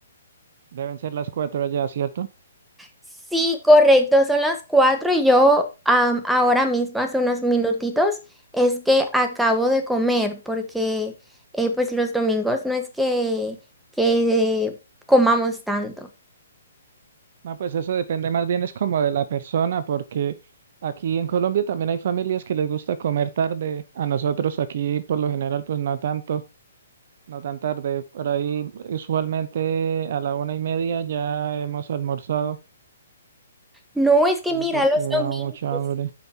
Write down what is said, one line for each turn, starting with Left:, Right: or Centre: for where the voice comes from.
Right: deben ser las cuatro allá, ¿cierto?
Centre: Sí, correcto, son las cuatro y yo am, ahora mismo, hace unos minutitos, es que acabo de comer porque eh, pues los domingos no es que, que comamos tanto.
Right: No, pues eso depende más bien es como de la persona, porque aquí en Colombia también hay familias que les gusta comer tarde. A nosotros aquí por lo general pues no tanto, No tan tarde, por ahí usualmente a la una y media ya hemos almorzado
Centre: No, es que mira,
Right: y porque
Centre: los
Right: da
Centre: domingos,
Right: mucha hambre.